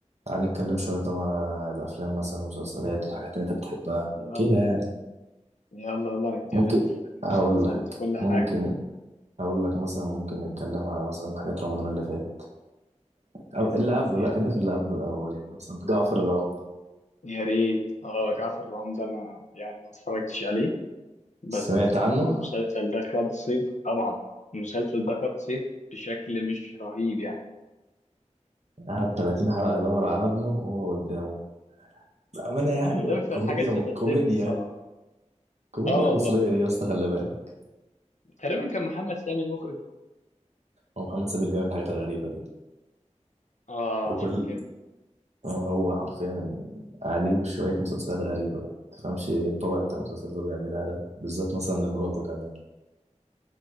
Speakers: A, on the right (about 65°); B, on the left (about 70°).
A: تعال نتكلم شوية طبعا على الأفلام مثلا المسلسلات الحاجات اللي أنت بتحبها
B: يلا
A: كده يعني
B: يلا يلا نتكلم
A: ممكن
B: أفلام
A: أقول
B: مسلسلات
A: لك
B: كل حاجة
A: ممكن أقول لك مثلا ممكن نتكلم على مثلا حاجات رمضان اللي فات أو اللي قبله
B: يا
A: لا خلينا في اللي قبله الأول يعني مثلا جعفر العمدة
B: يا ريت اه جعفر العمدة أنا يعني ما اتفرجتش عليه بس
A: سمعت
B: الصراحة
A: عنه
B: المسلسل ده خد صيت طبعا المسلسل ده خد صيت بشكل مش رهيب يعني
A: قعد 30 حلقة يدور على ابنه وهو قدامه بأمانة يعني
B: أنا ده أكتر
A: كوميديا
B: حاجة استفزتني
A: كوميديا
B: الصراحة
A: كوميديا
B: اه والله
A: مصرية دي يا اسطى خلي بالك
B: تقريبا كان محمد سامي المخرج
A: هو محمد سامي اللي بيعمل الحاجات الغريبة دي
B: اه
A: وكل
B: عشان كده
A: هو حرفيا عليهم شوية مسلسلات غريبة تفهمش ايه الطبع بتاع المسلسلات اللي هو بيعملها ده بالذات مثلا لمراته كمان